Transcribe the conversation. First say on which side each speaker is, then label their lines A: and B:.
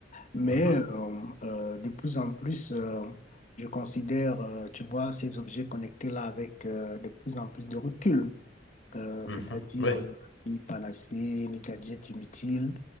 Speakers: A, on the left; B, on the left.
A: Mais
B: mhm,
A: euh, euh, de plus en plus, euh, je considère, euh, tu vois, ces objets connectés-là avec euh, de plus en plus de recul euh,
B: mhm,
A: c'est-à-dire
B: oui,
A: euh, ni panacée, ni gadgets inutiles.